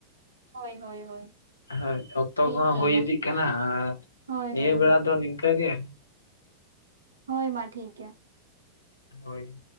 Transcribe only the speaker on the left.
ᱦᱳᱭ ᱚᱠᱛᱚ
ᱠᱚᱦᱚᱸ
ᱦᱩᱭ
ᱤᱫᱤᱜ ᱠᱟᱱᱟ ᱟᱨ
ᱱᱤᱭᱟᱹ
ᱵᱮᱲᱟ
ᱫᱚ ᱱᱤᱝᱠᱟᱹ ᱜᱮ
ᱦᱳᱭ